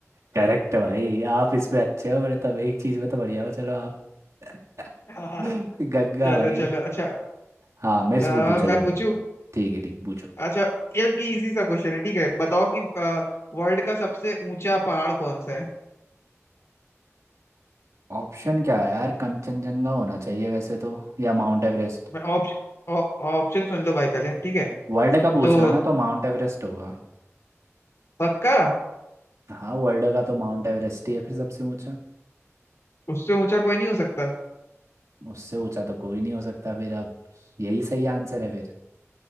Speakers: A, on the right; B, on the left.
A: करेक्ट भाई आप इसमें अच्छे हो बड़े तब एक चीज में तो बढ़िया हो चलो आप <laughs>
B: <laughs> हाँ
A: गंगा
B: चलो
A: भाई
B: चलो अच्छा
A: हाँ मेरे से
B: अ,
A: पूछो चलो
B: मैं पूछूं
A: ठीक है ठीक है पूछो
B: अच्छा ये की इजी सा क्वेश्चन है ठीक है बताओ कि वर्ल्ड का सबसे ऊंचा पहाड़ कौन सा है
A: ऑप्शन क्या है यार कंचनजंगा होना चाहिए वैसे तो या माउंट एवरेस्ट
B: मैं ऑप्शन ऑप्शन सुन लो भाई पहले ठीक है
A: वर्ल्ड का पूछ
B: तो
A: रहे हो ना तो माउंट एवरेस्ट होगा
B: पक्का
A: हाँ वर्ल्ड का तो माउंट एवरेस्ट ही है फिर सबसे ऊंचा
B: उससे ऊंचा कोई नहीं हो सकता
A: उससे ऊंचा तो कोई नहीं हो सकता फिर अब यही सही आंसर है फिर